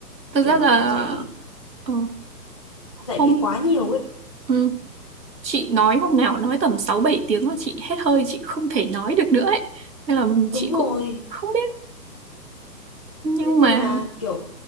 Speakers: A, on the right; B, on the left.
A: Thật
B: Kiểu
A: ra là
B: dạy
A: ờ,
B: dạy
A: hôm
B: bị quá nhiều ấy.
A: ừ, chị nói hôm nào nói tầm 6 7 tiếng là chị hết hơi, chị không thể nói được nữa ấy. Nên là
B: Đúng
A: chị cũng
B: rồi.
A: không biết nhưng
B: Thế nên
A: mà
B: là kiểu